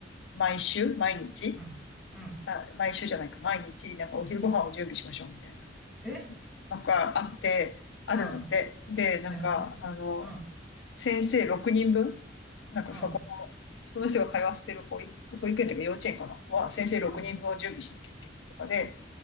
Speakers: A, on the left; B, in the centre.
A: う、毎週、毎日、
B: うん、うん、
A: あ、毎週じゃないか、毎日、なんかお昼ご飯を準備しましょうみたいな。
B: え
A: なんかあって、あるんだって。
B: うん、
A: で、なんか、
B: へえ
A: あの、
B: うん、
A: 先生6人分なんかそこの、
B: うん、
A: その人が通わせてる保育、保育園というか幼稚園かなは、先生6人分を準備しなきゃいけないとかで、
B: うん、